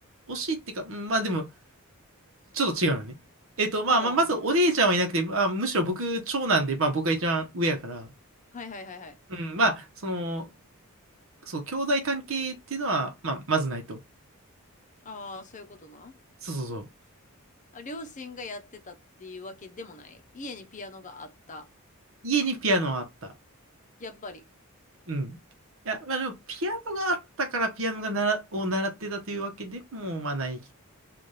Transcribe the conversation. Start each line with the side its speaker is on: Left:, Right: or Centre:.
Right: 惜しいっていうか、うんまあでも、ちょっと違うのね。えっと、まあ、
Left: ほう。
Right: まあ、まずお姉ちゃんはいなくて、まあ、むしろ僕、長男で、まあ僕が一番上やから、
Left: はいはいはいはい。
Right: うん、まあ、その、そう、兄弟関係っていうのは、まあ、まずないと。
Left: ああ、そういうことな。
Right: そうそうそう。
Left: あ、両親がやってたっていうわけでもない。家にピアノがあった。
Right: 家にピアノはあった。
Left: やっぱり。
Right: うん。いや、まあでも、ピアノがあったから、ピアノがなら、を習ってたというわけでも、まあない、